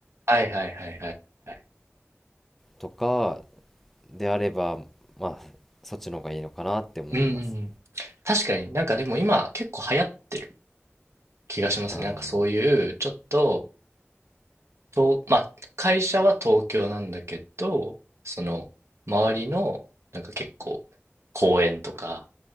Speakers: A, on the right (about 80°); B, in the centre.
A: はいはいはいはいはい。
B: とかであれば、まあ、そっちの方がいいのかなって思います。
A: うんうんうん。確かになんかでも今結構流行ってる気がしますね。
B: あ
A: なんかそういうちょっと、と、まあ、会社は東京なんだけど、その周りのなんか結構公園とか